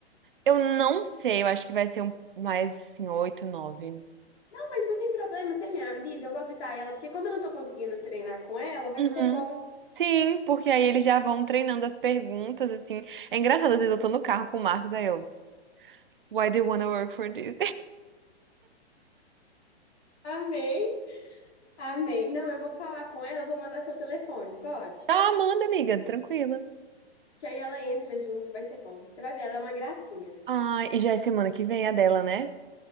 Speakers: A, on the right; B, on the left.
A: Eu não sei, eu acho que vai ser um, mais assim, oito, nove.
B: Não, mas não tem problema, você me avisa, eu vou avisar ela, porque como eu não tô conseguindo treinar com ela, vai
A: Uhum.
B: ser bom.
A: Sim, porque aí eles já vão treinando as perguntas, assim. É engraçado, às vezes eu tô no carro com o Marcos, aí eu, Why do you wanna work for this? <laughs>
B: Amei, amei. Não, eu vou falar com ela, eu vou mandar seu telefone, pode?
A: Tá, manda, amiga, tranquila.
B: Que aí ela entra junto, vai ser bom. Você vai ver, ela é uma gracinha.
A: Ah, e já é semana que vem a dela, né?